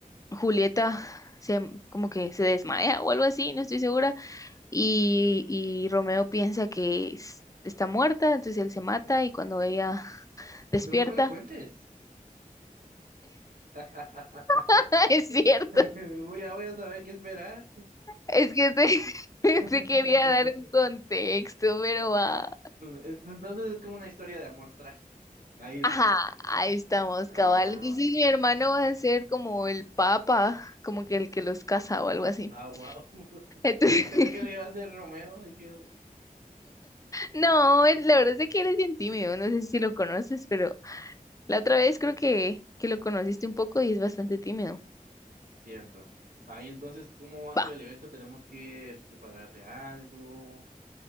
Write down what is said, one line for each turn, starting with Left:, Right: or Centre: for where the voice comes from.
Left: Julieta se, como que se desmaya o algo así, no estoy segura, y, y Romeo piensa que es- está muerta, entonces él se mata y cuando ella despierta,
Right: Pero no me lo cuentes. <laughs>
Left: <laughs> es
Right: <laughs>
Left: cierto,
Right: Voy a, voy a saber qué esperar.
Left: es que te, <laughs> te
Right: <laughs>
Left: quería dar un contexto, pero va.
Right: Es- Entonces es como una historia de amor trágica. Ahí está.
Left: Ajá, ahí estamos,
Right: Ah,
Left: cabal. Entonces mi
Right: ok,
Left: hermano
Right: ok.
Left: va a ser como el papa, como que el que los casa o algo así.
Right: Ah, wow. <laughs>
Left: Entonces, <laughs>
Right: Pensé que le iba a hacer Romeo. Dije,
Left: no, él- la verdad es que eres bien tímido, no sé si lo conoces, pero la otra
Right: "Mm,
Left: vez creo que, que lo conociste un poco y es bastante tímido.
Right: cierto. Vaya, entonces, ¿cómo va a ser
Left: Va,
Right: el evento? Tenemos que prepararle algo